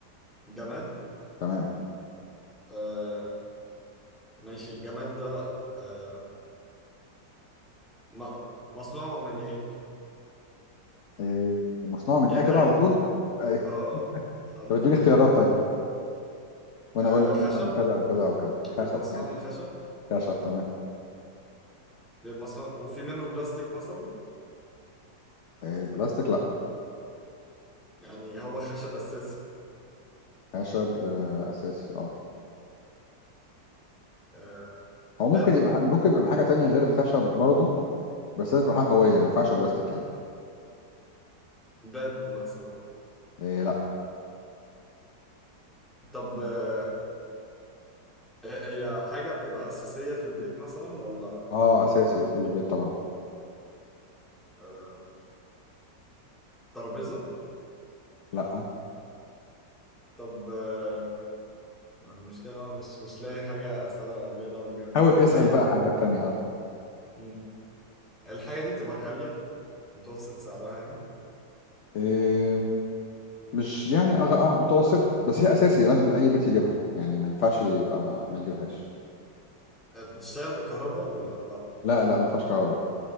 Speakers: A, in the centre; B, on the left.
A: جماد
B: تمام
A: آه ماشي الجماد ده آه م- مصنوع من ايه؟
B: آه، مصنوع من
A: يعني
B: ايه كده
A: اغلب
B: على طول ايوه
A: اه اه حضرتك-
B: طب اديني اختيارات طيب وانا
A: آه،
B: اقول لك
A: خشب
B: مثلا كذا او كذا او كذا
A: بيبقى
B: خشب
A: مصنوع
B: ماشي
A: من خشب
B: خشب تمام
A: بيبقى مصنوع وفي منه بلاستيك مثلا
B: آه، بلاستيك لا
A: يعني هو خشب اساسي
B: خشب آه، اساسي اه
A: آه
B: هو
A: باب
B: ممكن يبقى ح- ممكن يبقى حاجة تانية غير الخشب برضه بس لازم تبقى حاجة قوية يعني ما ينفعش بلاستيك يعني
A: باب مثلا
B: إيه لا
A: طب آه، هي حاجة بتبقى أساسية في البيت مثلا ولا
B: اه اساسي
A: ولا
B: في كل بيت طبعا
A: آه ترابيزة
B: لا
A: طب آه المشكلة أنا مش مش لاقي حاجة أسألها ليها دعوة بالجماد
B: حاول
A: طب
B: اسأل
A: هي
B: بقى حاجات تانية اه
A: مم، الحاجة دي بتبقى غالية متوسط سعرها يعني
B: إيه مش يعني أغ... آه، متوسطة بس هي اساسي لازم اي بيت يجيبها يعني ما ينفعش يبقى ما ما يجيبهاش
A: بتشتغل بالكهرباء ولا لا
B: لا لا ما فيهاش كهرباء